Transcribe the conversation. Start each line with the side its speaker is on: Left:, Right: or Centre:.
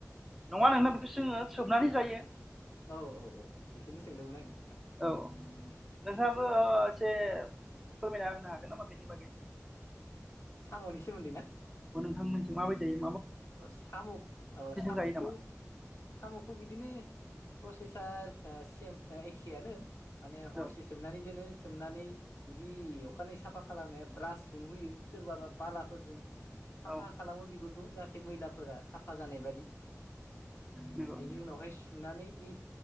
Centre: नङा नोंना बिदिसोङो सोबनानै जायो
Left: औ औ औ बेखौनो सोंदोंमोन आङो नोंथां
Centre: औ नोंहाबो एसे फोरमायना होनो हागोन नामा बेनि बागै
Left: साम'नि सोमोन्दै ना
Centre: आं मोनसे माबायदिजायो
Left: अ साम' अ साम'खौ
Centre: जायो नामा
Left: साम' खौ बिदिनो प्रसेसा अ सेम एखेयानो माने हरसे
Centre: औ
Left: सोमनानै दोनो सोमनानै बिदि अखानायै साफा खालामनाया ब्रासजों होयो सोरबाबा बालाफोरजों साफा
Centre: औ
Left: खालामो बिगुरखौ जाहाथे मैलाफोरा साफा जानाय बादि
Centre: नंगौ
Left: बेनि उनावहाय सुनानै बे